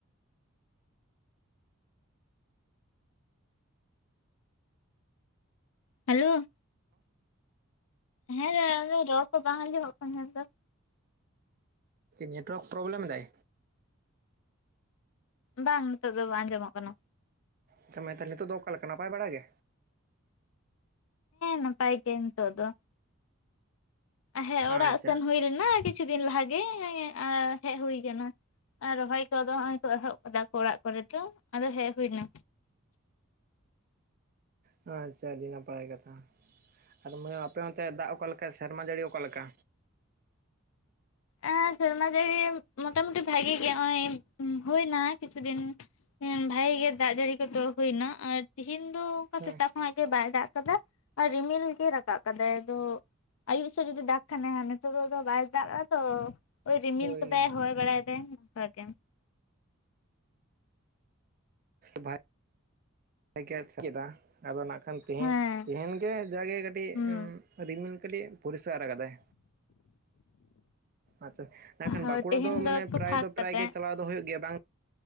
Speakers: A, on the left; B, on the right.
A: ᱦᱮᱞᱳ ᱦᱮᱸ ᱫᱫᱚ ᱨᱚᱲ ᱠᱚ ᱵᱟᱝ ᱟᱸᱡᱚᱢᱚᱜ ᱠᱟᱱᱟ ᱛᱟᱦᱮᱸ ᱫᱚ᱾
B: ᱱᱮᱴᱚᱣᱟᱨᱠ ᱯᱨᱚᱵᱞᱮᱢ ᱫᱟᱭ
A: ᱵᱟᱝ ᱱᱤᱛᱚᱜ ᱫᱚ ᱵᱟᱝ ᱟᱸᱡᱚᱢᱚᱜ ᱠᱟᱱᱟ
B: ᱟᱪᱷᱟ ᱢᱟ ᱛᱟᱦᱞᱮ ᱱᱤᱛᱚᱜ ᱫᱚ ᱚᱠᱟ ᱞᱮᱠᱟ ᱱᱟᱯᱟᱭ ᱵᱟᱲᱟ ᱜᱮ
A: ᱱᱟᱯᱟᱛᱮ ᱱᱤᱛᱚᱜ ᱫᱚ ᱦᱮᱸ
B: ᱟᱪᱪᱷᱟ
A: ᱚᱲᱟᱜ ᱥᱮᱱ ᱦᱩᱭ
B: ᱟᱪᱪᱷᱟ
A: ᱞᱮᱱᱟ ᱠᱤᱪᱷᱩ ᱫᱤᱱ ᱞᱟᱦᱟ ᱜᱮ ᱮᱸᱻ ᱦᱮᱡ ᱦᱩᱭ ᱠᱟᱱᱟ ᱟᱨ ᱨᱚᱦᱚᱭ ᱠᱚᱫᱚ ᱦᱚᱸᱜ-ᱚᱭ ᱠᱚ ᱮᱦᱚᱵ ᱠᱟᱫᱟ ᱠᱚ ᱚᱲᱟᱜ ᱠᱚᱨᱮ ᱫᱚ ᱟᱫᱚ ᱦᱮᱡ ᱦᱩᱭᱱᱟ
B: ᱟᱪᱪᱷᱟ ᱟᱹᱰᱤ ᱱᱟᱯᱟᱭᱟᱭ ᱠᱟᱛᱷᱟ ᱟᱫᱚ ᱱᱚᱣᱟ ᱟᱯᱮ ᱚᱱᱚᱛᱮ ᱫᱟᱜ ᱚᱠᱟ ᱞᱮᱠᱟ ᱥᱮᱨᱢᱟ ᱡᱟᱹᱲᱤ ᱚᱠᱟᱞᱮᱠᱟ
A: ᱮᱸᱻ ᱥᱨᱢᱟᱡᱟᱹᱲᱤ ᱢᱚᱴᱟᱢᱩᱩᱴᱤ ᱵᱷᱟᱜᱤ ᱜᱮ ᱦᱚᱸᱜᱼᱚᱭ ᱦᱩᱭᱱᱟ ᱠᱤᱪᱷᱩ ᱫᱤᱱ ᱦᱮᱸ ᱵᱷᱟᱜᱤ ᱜᱮ ᱫᱟᱜ ᱡᱟᱹᱲᱤ ᱠᱚᱫᱚ ᱦᱩᱭᱱᱟ ᱟᱨ ᱛᱤᱦᱤᱧ ᱫᱚ ᱚᱝᱠᱟ
B: ᱦᱮᱸ
A: ᱥᱮᱛᱟᱜ ᱚᱱᱟ ᱜᱮ ᱵᱟᱭ ᱫᱟᱜ ᱠᱟᱫᱟ ᱟᱨ ᱨᱤᱢᱤᱞ ᱜᱮ ᱨᱟᱠᱟᱵ ᱠᱟᱫᱟᱭ ᱟᱫᱚ ᱟᱭᱩᱵ ᱥᱮᱫ ᱡᱩᱫᱤ ᱫᱟᱜ ᱠᱷᱟᱱᱮ ᱦᱟᱸᱜ ᱱᱤᱛᱚᱜ ᱫᱚ ᱟᱫᱚ ᱵᱟᱭ ᱫᱟᱜᱽ ᱛᱚ ᱳᱭ ᱨᱤᱢᱤᱞ
B: ᱦᱳᱭ
A: ᱠᱟᱫᱟᱭ ᱦᱚᱭ ᱵᱟᱲᱟᱭᱮᱫᱟᱭ ᱚᱱᱠᱟ ᱜᱮ
B: ᱵᱷᱟᱭ <unintelligible> ᱟᱫᱚ ᱱᱟᱜ ᱠᱷᱟᱱ ᱛᱤᱦᱤᱧ
A: ᱦᱮᱸ
B: ᱛᱤᱦᱤᱧ ᱜᱮ ᱡᱟᱜᱮ ᱠᱟᱹᱴᱤᱡ
A: ᱦᱩᱸ
B: ᱨᱤᱢᱤᱞ ᱠᱟᱹᱴᱤᱡ ᱯᱚᱨᱤᱥᱠᱟᱨ ᱠᱟᱫᱟᱭ ᱟᱪᱪᱷᱟ, ᱢᱮᱱᱠᱷᱟᱱ
A: ᱦᱳᱭ
B: ᱵᱟᱸᱠᱩᱲᱟ
A: ᱛᱮᱦᱮᱧ
B: ᱫᱚ ᱢᱟᱱᱮ
A: ᱮᱠᱴᱩ
B: ᱯᱨᱟᱭ
A: ᱯᱷᱟᱸᱠ
B: ᱫᱚ ᱯᱨᱟᱭ
A: ᱠᱟᱫᱟᱭ
B: ᱜᱮ ᱪᱟᱞᱟᱣ ᱫᱚ ᱦᱩᱭᱩᱜ ᱜᱮᱭᱟ ᱵᱟᱝ